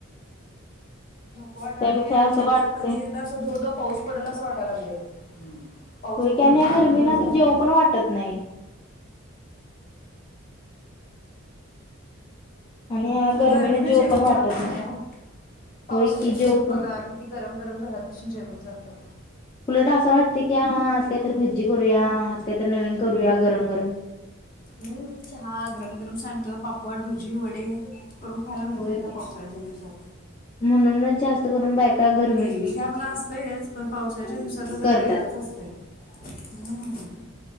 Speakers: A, on the left (about 40°); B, on the left (about 25°).
A: नको वाटायला
B: त्यापेक्षा
A: लागले आणि
B: असं
A: आता
B: वाटते
A: कधी एकदा असं धो-धो पाऊस पडलं असं वाटाय लागलंय. पाऊस
B: होय
A: बघून
B: की आणि
A: किती
B: या गरमीना
A: दिवस झालयात.
B: जेव पण वाटत नाही आणि या गरमीने
A: गर्मीनं
B: जेव
A: जेवण
B: पण वाटत
A: जात नाही ओं पावसाच्या
B: होय की
A: दिवसात
B: जेव पण
A: बघा
B: वाटत
A: कि- गरम, गरम घरात बसून जेवण जातंय.
B: उलट असं वाटतंय की हां आज काहीतर भज्जी करूया आज काही तर नवीन करूया गरम, गरम.
A: हुं चहा गरम, गरम सांडगं, पापड, भजी, वडे- करून खायला मज्जा
B: होय
A: येत्या
B: की
A: पावसाळ्याच्या दिवसात.
B: म्हणूनच जास्त- अस करून बायका गर-
A: एरवी काय आपला असतयंच पण पावसाच्या दिवसातलं जरा
B: करतात.
A: वेगळंच असतंय हुं